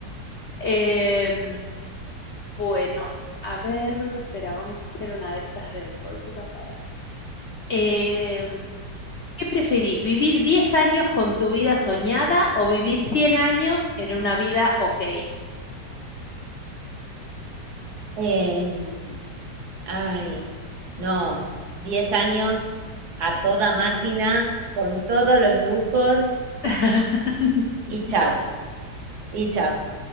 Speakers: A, on the left; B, on the right.
A: Em, Bueno, a ver, espera, vamos a hacer una de estas de las últimas para. Eh, ¿qué preferís, vivir 10 años con tu vida soñada o vivir 100 años en una vida ok?
B: Em, ay, no, 10 años a toda máquina, con todos los lujos
A: <laughs>
B: y chau, y chau.